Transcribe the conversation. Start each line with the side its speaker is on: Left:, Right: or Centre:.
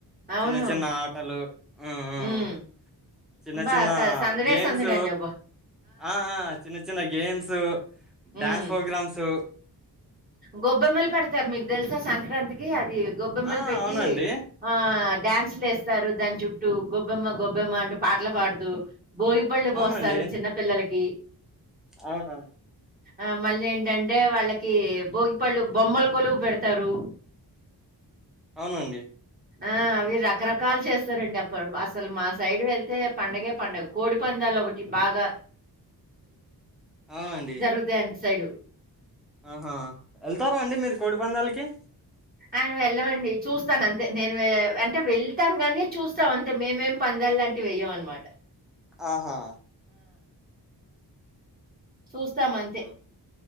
Right: అవునవును.
Centre: చిన్న చిన్న ఆటలు ఉమ్ ఉమ్
Right: హ్మ్.
Centre: చిన్న
Right: అబ్బా!
Centre: చిన్న
Right: క సందడే
Centre: గేమ్స్
Right: సందడండి అబ్బా!
Centre: ఆ ఆ చిన్న చి చిన్న గేమ్స్,
Right: హ్మ్.
Centre: డ్యాన్స్ ప్రోగ్రామ్స్
Right: గొబ్బెమ్మలు పెడతారు మీకు తెలుసా సంక్రాంతికి అది గొబ్బెమ్మలు
Centre: ఆ
Right: పెట్టి
Centre: అవునండి
Right: ఆ డ్యాన్సులేస్తారు దాని చుట్టూ, గొబ్బెమ్మ గొబ్బెమ్మ అంటూ పాటలు పాడుతూ భోగిపళ్ళు
Centre: అవునండి
Right: పోస్తారు చిన్న పిల్లలకి.
Centre: అవునవును
Right: ఆ మళ్ళీ ఏంటంటే వాళ్ళకి భోగిపళ్ళు, బొమ్మల కొలువు పెడతారు.
Centre: అవునండి
Right: ఆ అవి రకరకాలు చేస్తారండి అప్పుడు, అసలు మా సైడ్ వెళ్తే పండగే పండుగ, కోడి పంద లు ఒకటి బాగా
Centre: అవునండి
Right: జరుగుతాయి అంత సైడు
Centre: ఆహా ఎళ్తారా అండి మీరు కోడి పందాలకి?
Right: ఆ వెళ్ళమండి చూస్తాను అంతే నేను వె అంటే వెళ్తాను గానీ చూస్తాం అంతే, మేమేం పందాల్ లాంటి వెయ్యం అనమాట.
Centre: ఆహా
Right: చూస్తాంఅంతే
Centre: ఆహా